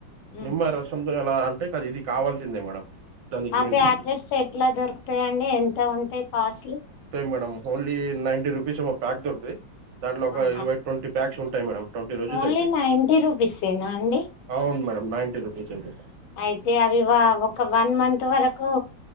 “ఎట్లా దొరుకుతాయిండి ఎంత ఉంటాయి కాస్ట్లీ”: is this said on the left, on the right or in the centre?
Left